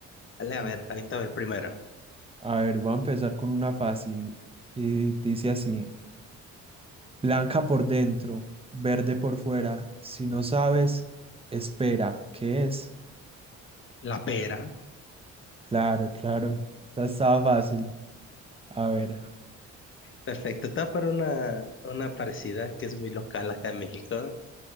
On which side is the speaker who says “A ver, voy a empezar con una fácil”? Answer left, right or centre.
Right